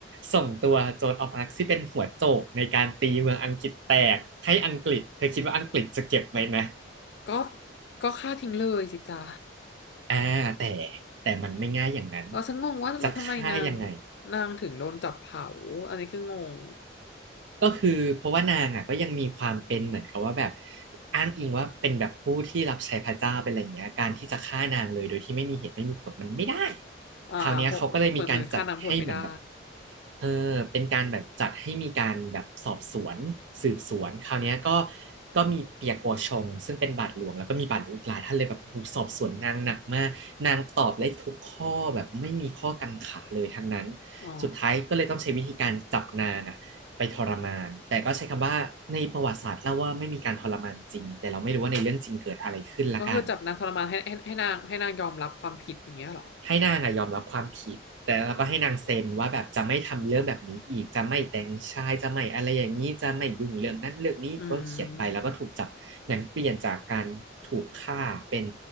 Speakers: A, on the right; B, on the left.
A: ส่งตัวโจนออฟอาร์คที่เป็นหัวโจกในการตีเมืองอังกฤษแตกให้อังกฤษเธอคิดว่าอังกฤษจะเก็บไหมนะ
B: ก็ก็ฆ่าทิ้งเลยสิจ้า
A: อ่าแต่แต่มันไม่ง่ายอย่างนั้น
B: เราฉันงงว่าแล้วทำไมนาง
A: จะฆ่ายังไง
B: นางถึงโดนจับเผาอันนี้คืองง
A: ก็คือเพราะว่านางอ่ะก็ยังมีความเป็นเหมือนกับว่าแบบอ้างอิงว่าเป็นแบบผู้ที่รับใช้พระเจ้าเป็นอะไรอย่างเงี้ยการที่จะฆ่านางเลยโดยที่ไม่มีเหตุไม่มีผลมันไม่ได้
B: อ่าเพราะเหมือนเหมือนฆ่านางผลไม่ได้
A: คราวเนี้ยเขาก็เลยมีการจัดให้เหมือนแบบเออเป็นการแบบจัดให้มีการแบบสอบสวนสืบสวนคราวเนี้ยก็ก็มีเปียกัวชงซึ่งเป็นบาทหลวงแล้วก็มีบาทหลวงอีกหลายท่านเลยแบบโอ้โหสอบสวนนางหนักมากนางตอบได้ทุกข้อแบบไม่มีข้อกังขาเลยทั้งนั้น
B: อ๋อ
A: สุดท้ายก็เลยต้องใช้วิธีการจับนางอ่ะ ไปทรมาน แต่ก็ใช้คำว่าในประวัติศาสตร์เล่าว่าไม่มีการทรมานจริง แต่เราไม่รู้ว่าในเรื่องจริงเกิดอะไรขึ้นละกัน
B: ก็คือจับนางทรมานให้ให้ให้นางให้นางยอมรับความผิดอย่างเงี้ยเหรอ
A: ให้นางอะยอมรับความผิดแต่แล้วก็ให้นางเซ็นว่าแบบจะไม่ทำเรื่องแบบนี้อีกจะไม่แต่งชายจะไม่อะไรอย่างนี้จะไม่ยุ่งเรื่องนั้นเรื่องนี้ก็เขียนไปแล้วก็ถูกจับหนังเปลี่ยนจากการถูกฆ่าเป็น
B: อืม